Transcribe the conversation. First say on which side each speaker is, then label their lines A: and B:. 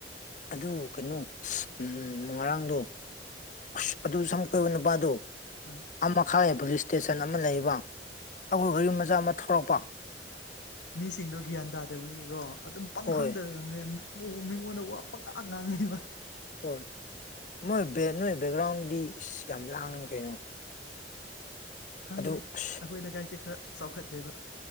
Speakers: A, on the left (about 45°); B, on the left (about 85°).
A: ꯑꯗꯨ ꯀꯩꯅꯣ ꯎ ꯉꯔꯥꯡꯗꯣ ꯑꯁ ꯑꯗꯨ ꯁꯝ ꯀꯣꯏ ꯅꯨꯄꯥꯗꯣ
B: ꯑꯥ
A: ꯑꯃꯈꯥꯏꯑ ꯄꯨꯂꯤꯁ ꯏꯁꯇꯦꯁꯟ ꯑꯃ ꯂꯩꯕ ꯑꯩꯈꯣꯏ ꯒꯔꯤ ꯃꯆꯥ ꯑꯃ ꯊꯂꯛꯄ
B: ꯃꯤꯁꯤꯡꯗꯣ ꯒ꯭ꯌꯥꯟ ꯇꯥꯗꯕꯒꯤꯀꯣ ꯑꯗꯨꯝ ꯄꯪ
A: ꯍꯣꯏ
B: ꯍꯪꯗ ꯦ ꯃꯤꯉꯣꯟꯗ ꯋꯥꯄ ꯉ ꯉꯥꯡꯉꯦꯕ
A: ꯍꯣꯏ ꯃꯣꯏ ꯅꯣꯏ ꯕꯦꯛꯒ꯭ꯔꯥꯎꯟꯗꯤ ꯏꯁ ꯌꯥꯝ ꯂꯥꯡꯉꯤ ꯀꯩꯅꯣ
B: ꯈꯪꯗꯦ
A: ꯑꯗꯨ
B: ꯑꯩꯈꯣꯏ
A: ꯑꯁ
B: ꯂꯩꯀꯥꯏꯁꯦ ꯈꯔ ꯆꯥꯎꯈꯠꯇꯠꯇꯦꯕ